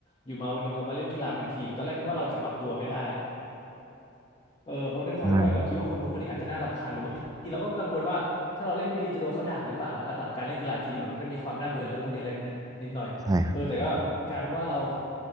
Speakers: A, on the left; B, on the right.
A: อยู่มาวันหนึงเรามาเล่นกีฬาเป็นทีมตอนแรกนึกว่าเราจะปรับตัวไม่ได้ เออเพราะด้วยความที่ว่าเราคิดว่าคนนู้นคนนี้อาจจะน่ารำคาญหรือบางทีเราก็กังวลว่าถ้าเราเล่นไม่ดีจะโดนเขาด่าหรือเปล่านะหลักๆการเล่นกีฬาทีมอะมันก็มีความน่าเบื่อเรื่องพวกนี้เล็กนิดหน่อยเออแต่ก็กลายเป็นว่าเรา
B: อ่าใช่ครับ